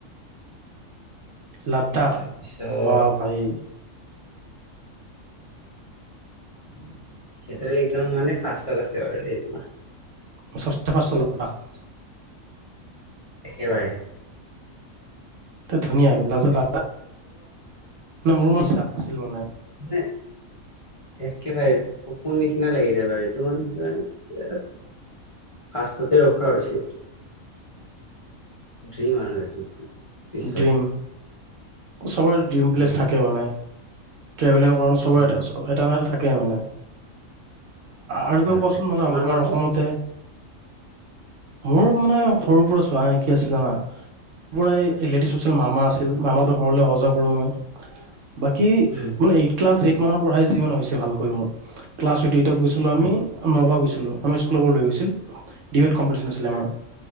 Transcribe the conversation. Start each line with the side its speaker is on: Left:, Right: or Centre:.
Right: লাদাখ,
Left: তাৰপিছত
Right: বাহ ভাই। উম
Left: এইটো একদম মানে ফাৰ্ষ্টত আছে আৰু দেই তোমাৰ
Right: <unintelligible>
Left: একেবাৰে
Right: ধুনীয়া ব লাজ <unintelligible> মানে <unintelligible> আছিল মানে
Left: মানে একেবাৰে, সপোন নিচিনা লাগিছে বাৰু এইটো মানে সেইটো মানে কিবা এটা ফাষ্টতে ৰখা হৈছে এইটো ড্ৰিম আৰু এইটো পিছলে
Right: ড্ৰিম চবৰে ড্ৰিম
Left: উম
Right: প্লেচ থাকে মানে টেভেলৰ কাৰণে চবৰে
Left: উম
Right: এটা হলেও থা তাকে মানে আৰু
Left: অ
Right: ক কোৱাচোন
Left: থাকে
Right: মানে
Left: তোমাৰ
Right: আমাৰ
Left: কোৱাচোন
Right: অসমতে মোৰ মানে সৰুৰ পৰা চোৱা কি আছিলে জনা পৰাই লেডিছ আছিল মামা আছিল। মামা হতৰ ঘৰলৈ অহা যোৱা কৰোঁ মই বাকী
Left: উম
Right: মানে এইট ক্লাছ এইট মানুহ পঢ়াই যি, মানুহ হৈছে ভালকৈ মোৰ ক্লাচ চুটি ত' গৈছিলোঁ আমি
Left: উম
Right: নগাঁও গৈছি লো, আমাৰ ইস্কুলৰ লৈ গৈছিল। ডিবেট কম্পিটিশ্যন আছিলে
Left: উম
Right: আমাৰ।